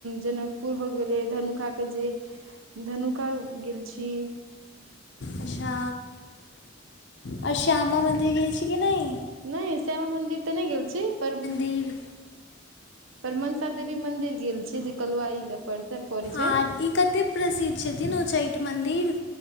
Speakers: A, on the right; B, on the left.
A: जेना पूर भऽ गेले धनुखा के जे धनुखा गेल छी
B: अच्छा आओर श्यामा मन्दिर गेल छी कि नहि
A: नहि श्यामा मंन्दिर तऽ नहि गेल छी पर
B: तीन
A: परमंसा देवी मंदिर गेल छै जे कलुवाई ले पड़ैत छै
B: आर ई कतेक प्रसिद्ध छथिन उच्चैठ मन्दिर